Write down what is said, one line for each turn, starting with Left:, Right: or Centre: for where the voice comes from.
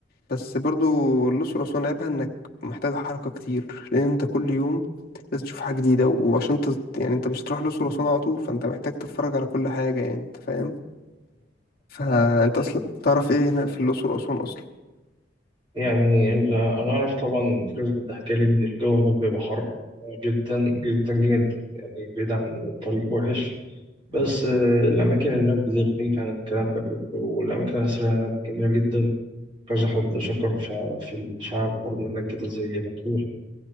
Left: بس برضو الأقصر وأسوان عيبها إنك محتاج حركة كتير لأن أنت كل يوم لازم تشوف حاجة جديدة وعشان تز... يعني أنت مش هتروح الأقصر وأسوان على طول فأنت محتاج تتفرج على كل حاجة يعني أنت فاهم فأنت أصلا تعرف إيه هنا في الأقصر وأسوان أصلا
Right: يعني ال- أنا أعرف طبعا في كذا حد حكى لي إن الجو هناك بيبقى حر جدا جدا جدا يعني بعيد عن الطريق وحش بس آه، الأماكن هناك بتغنيك عن الكلام ده كله والأماكن الأثرية هناك جميلة جدا كذا حد شكر في شع- في الشعب برضه هناك كده زي مطروح